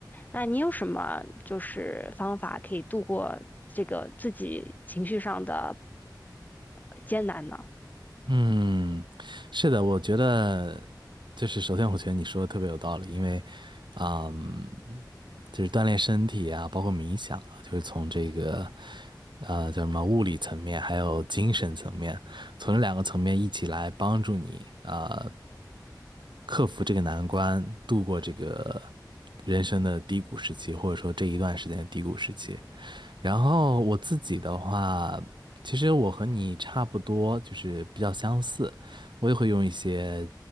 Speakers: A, on the left; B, on the right.
A: 那你有什么就是方法可以度过这个自己情绪上的呃艰难呢？
B: 嗯，是的，我觉得就是首先，我觉得你说的特别有道理，因为，嗯，就是锻炼身体啊，包括冥想啊，就是从这个，呃，叫什么物理层面，还有精神层面，从这两个层面一起来帮助你，呃，克服这个难关，度过这个人生的低谷时期，或者说这一段时间的低谷时期。然后我自己的话。其实我和你差不多，就是比较相似。我也会用一些